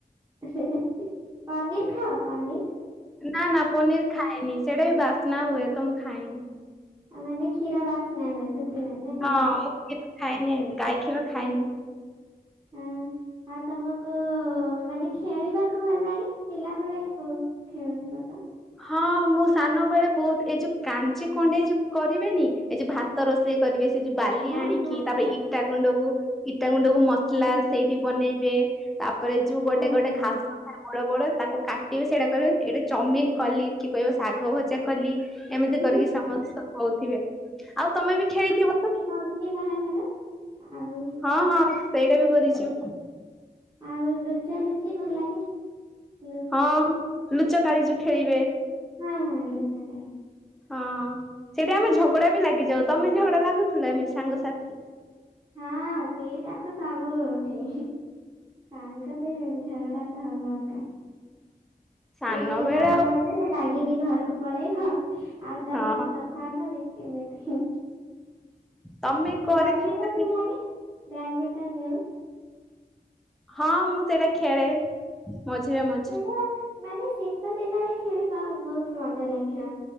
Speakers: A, on the right; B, in the centre.
A: <unintelligible> ପନିର ଖାଅ ପନିର୍।
B: ନା ନା ପନିର ଖାଏନି ସେଇଟା ବି ବାସ୍ନା ହୁଏ ତ ମୁଁ ଖାଏନି।
A: ଆ ମାନେ କ୍ଷୀର ବାସ୍ନା ହୁଏ ସେଥିପାଇଁ ନା କଣ
B: ହଁ ମୁ କିଛି ଖାଏନି ଗାଈ କ୍ଷୀର ଖାଏନି।
A: ହୁଁ, ଆଉ ତମକୁ ମାନେ ଖେଳିବାକୁ ଭଲ ଲାଗେ ପିଲାବେେଳେ ବହୁତ୍ ଖେଳୁଥିବ ତ।
B: ହଁ ମୁଁ ସାନ ବେଳେ ବହୁତ୍ ଏଇ ଯୋଉ କାଞ୍ଚି କଣ୍ଡେଇ ଯୋଉ କରିବେନି ଏ ଯୋଉ ଭାତ ରୋଷେଇ କରିବେ ସେ ଯୋଉ ବାଲି
A: ହଁ
B: ଆଣିକି
A: ହଁ ହଁ
B: ତାପରେ ଇଟା ଗୁଣ୍ଡକୁ ଇଟା ଗୁଣ୍ଡକୁ ମସଲା
A: ହଁ
B: ସେଇଠି ବନେଇକି ତାପରେ ଯୋଉ ଗୋଟେ
A: ହଁ
B: ଗୋଟେ ଘାସଥାଏ ବଡ ବଡ ତାକୁ କାଟିବେ ସେଇଟା କରିବେ ଏଇଟା ଚମିନ କଲି କି କହିବ ଶାଗ ଭଜା କଲି ଏମିତି
A: କିନ୍ତୁ
B: କରିକି ସମସ୍ତେ କହୁଥିବେ। ଆଉ ତମେ ବି ଖେଳିଥିବ ତ।
A: ସରିନି ବାହାଘର ଆଉ
B: ହଁ, ହଁ ଏଇ ସେଇଟା ବି କରିଛୁ।
A: ଆଉ ଲୁଚି ଲୁଚି ଭଲ ଲାଗେ ଲୁ
B: ହଁ ଲୁଚ କାଳୀ ଯୋଉ ଖେଳିବେ
A: ହୁଁ, ହୁଁ ଲୁଚକାଳି।
B: ହଁ ସେଠି ଆମେ ଝଗଡା ବି ଲାଗିଯାଉ ତମେ ଝଗଡା ଲାଗୁଥିଲ ଏମିତି ସାଙ୍ଗସାଥି।
A: ହଁ ସେଇଟା ତ ସବୁଠି ସାଙ୍ଗରେ ଝଗଡା ତ ହବ ଆ କାଁ
B: ସାନ
A: ସେ ଟିକେ
B: ବେଳେ
A: କଣ
B: ଆଉ
A: କହି଼ଦେଲେ ରାଗିକି ଘରକୁ ପଳେଇଲ ଆଉ ତା
B: ହଁ
A: ସହିତ କଥା ହବନି କେମିତି
B: ତମେ କରିଥିବ
A: ବ୍ୟାଡମିଣ୍ଟନ୍ ଯୋଉ
B: ହଁ ମୁଁ ସେଇଟା ଖେଳେ। ମଝିରେମ
A: ଥିବ ମାନେ ଶୀତ ଦିନରେ ଖେଳିବା ବହୁତ୍ ମଜା ଲାଗିବ।